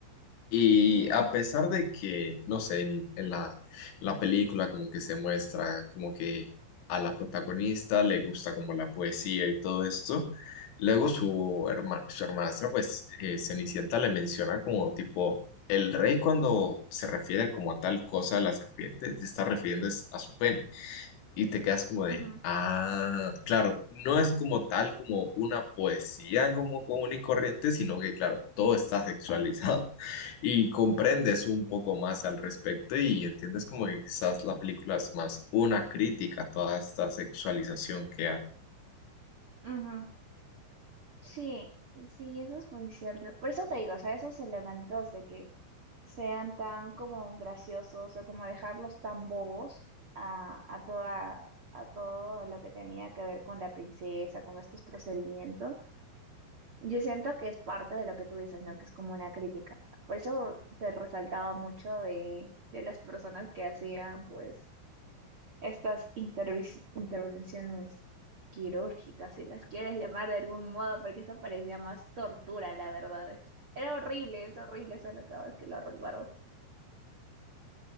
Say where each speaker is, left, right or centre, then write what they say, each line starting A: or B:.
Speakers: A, on the left (about 75°); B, on the right (about 40°).
A: Y
B: ujú,
A: a pesar de que, no sé, en, en la, la película como que se muestra como que a la protagonista le gusta como la poesía y todo esto, luego su, herma- su hermanastra, pues eh, Cenicienta le menciona como tipo, el rey cuando se refiere como a tal cosa a la serpiente, se está refiriendo es a su pene y te quedas como de,
B: ujú,
A: ah, claro, no es como tal como una poesía como común y corriente, sino que, claro, todo está sexualizado <laughs> y comprendes un poco más al respecto y entiendes como que quizás la película es más una crítica a toda esta sexualización que hay.
B: ujú. Sí, sí, eso es muy cierto. Por eso te digo, o sea, esos elementos de que sean tan como graciosos o como dejarlos tan bobos a, a toda, a todo lo que tenía que ver con la princesa, con estos procedimientos. Yo siento que es parte de lo que tú dices, ¿no? Que es como una crítica. Por eso te resaltaba mucho de, de las personas que hacían, pues, estas intervis- intervenciones quirúrgicas, si las quieres llamar de algún modo, porque eso parecía más tortura, la verdad. Es- Era horrible, es horrible solo cada vez que lo recuerdo.